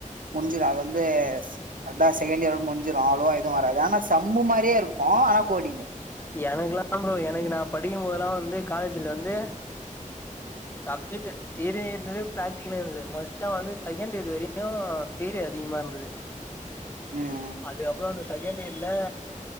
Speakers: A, on the right; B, on the left.
A: முஞ்சிரு அது வந்து அதா செகண்ட் யேரோட் முஞ்சிரு அவ்ளோவா எதுவு வராது ஆனா சம்மு மாரியே இரு க்கு ஆனா கோடிங்கு
B: எனக்குல்லா ப்ரோ எனக்கு நா படிக்கும்போதெல்லா வந்து காலேஜில வந்து சப்ஜெட்டு தியரியு இருந்தது ப்ராக்டிகலு இருந்தது மஸ்ட்டா வந்து செகண்டேரு வரியு தியரி அதிகமா இருந்தது
A: ம்
B: அதுக்கப்புறோ அந்த செகண்ட் இயர்ல